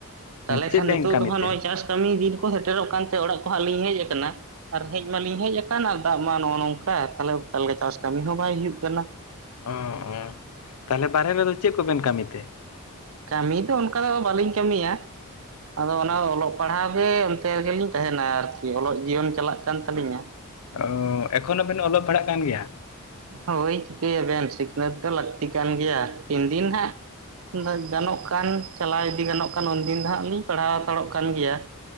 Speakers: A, on the right; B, on the left.
A: ᱛᱟᱞᱦᱮ
B: ᱪᱮᱫ
A: ᱠᱷᱟᱱ
B: ᱵᱮᱱ
A: ᱱᱤᱛᱚᱜ
B: ᱠᱟᱹᱢᱤ
A: ᱫᱚ ᱦᱟᱸᱜ
B: ᱛᱮ
A: ᱱᱚᱜᱼᱚᱭ ᱪᱟᱥ ᱠᱟᱹᱢᱤ ᱫᱤᱱ ᱠᱚ ᱥᱮᱴᱮᱨᱚᱜ ᱠᱟᱱᱛᱮ ᱚᱲᱟᱜ ᱠᱚ ᱦᱟᱸᱜ ᱞᱤᱧ ᱦᱮᱡ ᱟᱠᱟᱱᱟ ᱟᱨ ᱦᱮᱡ ᱢᱟᱞᱤᱧ ᱦᱮᱡ ᱟᱠᱟᱱᱟᱼᱼ ᱚᱱᱠᱟᱱᱟᱜ ᱫᱟᱜ ᱢᱟ ᱱᱚᱜᱼᱚ ᱱᱚᱝᱠᱟ ᱛᱟᱦᱚᱞᱮ ᱚᱠᱟ ᱞᱮᱠᱟ ᱪᱟᱥ ᱠᱟᱹᱢᱤ ᱦᱚᱸ ᱵᱟᱭ ᱦᱩᱭᱩᱜ ᱠᱟᱱᱟ।
B: ᱚ ᱚ ᱛᱟᱦᱚᱞᱮ ᱵᱟᱨᱦᱮ ᱨᱮᱫᱚ ᱪᱮᱫ ᱠᱚᱵᱮᱱ ᱠᱟᱹᱢᱤ ᱛᱮ?
A: ᱠᱟᱹᱢᱤ ᱫᱚ ᱚᱱᱠᱟ ᱫᱚ ᱵᱟᱹᱞᱤᱧ ᱠᱟᱹᱢᱤᱭᱟ ᱟᱫᱚ ᱚᱱᱟ ᱚᱞᱚᱜ ᱯᱟᱲᱦᱟᱣ ᱜᱮ ᱚᱱᱛᱮ ᱨᱮᱜᱮᱞᱤᱧ ᱛᱟᱦᱮᱱᱟ ᱟᱨᱠᱤ ᱚᱞᱚᱜ ᱡᱤᱭᱚᱱ ᱪᱟᱞᱟᱜ ᱠᱟᱱ ᱛᱟᱹᱞᱤᱧᱟ।
B: ᱚ ᱮᱠᱷᱚᱱᱚ ᱵᱮᱱ ᱚᱞᱚᱜ ᱯᱟᱲᱦᱟᱜ ᱠᱟᱱ ᱜᱮᱭᱟ?
A: ᱦᱳᱭ ᱪᱤᱠᱟᱹᱭᱟᱵᱮᱱ ᱥᱤᱠᱷᱱᱟᱹᱛ ᱫᱚ ᱞᱟᱹᱠᱛᱤ ᱠᱟᱱ ᱜᱮᱭᱟ ᱛᱤᱱ ᱫᱤᱱ ᱦᱟᱸᱜ ᱜᱟᱱᱚᱜ ᱠᱟᱱ ᱪᱟᱞᱟᱣ ᱤᱫᱤ ᱜᱟᱱᱚᱜ ᱠᱟᱱ ᱩᱱᱫᱤᱱ ᱫᱚ ᱦᱟᱸᱜ ᱞᱤᱧ ᱯᱟᱲᱦᱟᱣ ᱦᱟᱛᱟᱲᱚᱜ ᱠᱟᱱ ᱜᱮᱭᱟ।